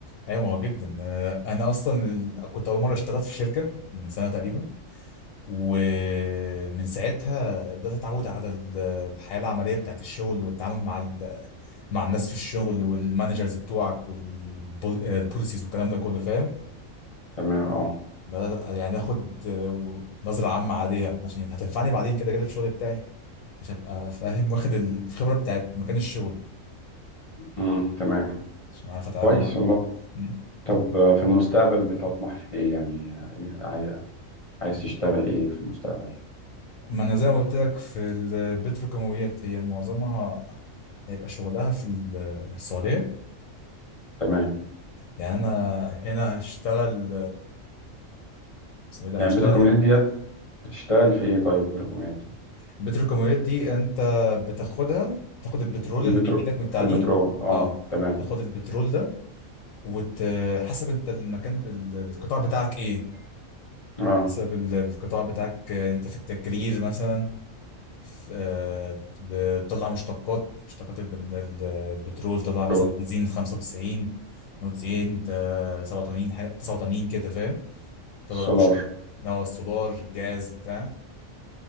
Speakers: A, on the left; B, on the left.
A: أيوة ما هو جدا آه، أنا أصلا ال- كنت أول مرة اشتغلت في شركة من سنة تقريبا ومن ساعتها بدأت أتعود على ال- الحياة العملية بتاعت الشغل والتعامل مع ال- مع الناس في الشغل والمانجرز بتوعك والبوليسيز والكلام ده كله فاهم
B: تمام اه
A: بدأت يعني آخد آه، نظرة عامة عليها عشان هتنفعني بعدين كده كده في الشغل بتاعي عشان أبقى فاهم واخد الخبرة بتاعت مكان الشغل
B: امم تمام
A: عشان أعرف أتعامل
B: كويس
A: معاه
B: والله
A: مم.
B: طب آه، في المستقبل بتطمح في ايه يعني آه، عاي- عايز تشتغل ايه في المستقبل
A: ما أنا زي ما قلت لك في البتروكيماويات هي معظمها هيبقى شغلها في السعودية
B: تمام
A: يعني أنا هنا هشتغل اسمه ايه ده
B: يعني
A: هشتغل
B: بتركمانيات ديت بتشتغل في ايه طيب بتركمانيات دي
A: البتروكيماويات دي انت بتاخدها تاخد البترول
B: في
A: اللي
B: البترو
A: بيجي لك من التعدين
B: في البترول اه
A: اه
B: تمام
A: تاخد البترول ده وحسب انت المكان بال- القطاع بتاعك ايه
B: اه
A: حسب ال- القطاع بتاعك آه، انت في التكرير مثلا في- آه، بت- بتطلع مشتقات مشتقات البن- ال- البترول طلع
B: بترول
A: مثلا بنزين 95 92 تا- 87 حاجه 89 كده فاهم تطلع
B: السولار
A: مشتق اه السولار الجاز بتاع